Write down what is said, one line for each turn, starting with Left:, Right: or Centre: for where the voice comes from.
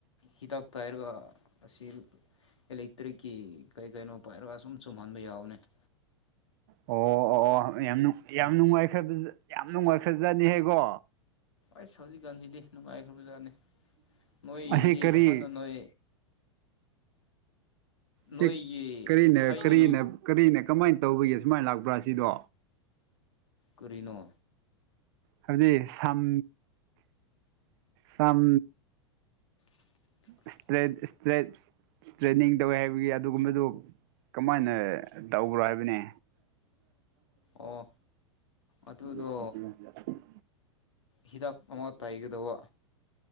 Left: ꯍꯤꯗꯥꯛꯇ ꯍꯥꯏꯔꯒ ꯑꯁꯤ ꯑꯦꯂꯦꯛꯇ꯭ꯔꯤꯛꯀꯤ ꯀꯩ ꯀꯩꯅꯣ ꯄꯥꯏꯔꯒ ꯁꯨꯝ ꯆꯨꯝꯍꯟꯕ ꯌꯥꯎꯅꯦ <inaudible>
Right: ꯑꯣ ꯑꯣ ꯑꯣ ꯌꯥꯝ ꯌꯥꯝ ꯅꯨꯡꯉꯥꯏ ꯌꯥꯝ ꯅꯨꯡꯉꯥꯏ ꯐꯖꯅꯤꯍꯀꯣ
Left: ꯑꯁ ꯍꯧꯖꯤꯛꯀꯥꯟꯁꯤꯗꯤ ꯅꯨꯡꯉꯥꯏꯈ꯭ꯔꯕꯖꯥꯠꯅꯤ ꯅꯣꯏꯗꯤ
Right: ꯑꯁꯤꯁ ꯀꯔꯤ
Left: ꯍꯥꯟꯅ ꯅꯣꯏ
Right: ꯁꯤ
Left: ꯅꯣꯏꯒꯤ
Right: ꯀꯔꯤꯅ
Left: ꯊꯥꯏꯅꯒꯤ
Right: ꯀꯔꯤꯅ ꯀꯔꯤꯅ ꯀꯃꯥꯏꯅ ꯇꯧꯕꯒꯤ ꯁꯨꯃꯥꯏꯅ ꯂꯥꯛꯄ꯭ꯔꯥ ꯁꯤꯗꯣ
Left: ꯀꯔꯤꯅꯣ
Right: ꯍꯥꯏꯕꯗꯤ ꯁꯝ ꯁꯝ
Left: <inaudible>
Right: ꯏꯁꯇ ꯏꯁꯇ꯭ꯔꯦ ꯏꯁꯇ꯭ꯔꯦꯅꯤꯡ ꯇꯧꯋꯦ ꯍꯥꯏꯕꯒꯤ ꯑꯗꯨꯒꯨꯝꯕꯗꯨ ꯀꯃꯥꯏꯅ ꯇꯧꯕ꯭ꯔꯣ ꯍꯥꯏꯕꯅꯦ
Left: ꯑꯣ ꯑꯗꯨꯗꯣ
Right: <unintelligible>
Left: ꯍꯤꯗꯥꯛ ꯑꯃꯛꯇ ꯑꯩꯒꯗꯧꯕ